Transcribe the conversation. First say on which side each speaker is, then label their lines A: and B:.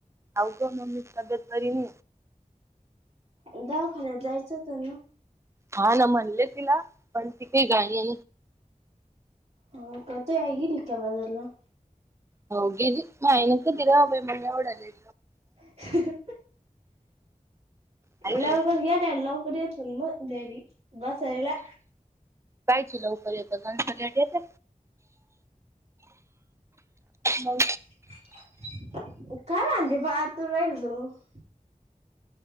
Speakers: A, on the right (about 20°); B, on the right (about 50°).
A: आऊ को मम्मी तब्याेत करन
B: दावखान्यात जायचं होत ना
A: हा ना म्हणले तिला पण तीिकही गाणी
B: हो कते आहेगली का बदला
A: हो गि मायनक तरा अभय म्हण एवडि
B: ह
A: कायची
B: लवकर ग ना लवकर येत मग ैरी बसायला
A: जायची लवकर येत लंचा लेट येते हो
B: <inaudible>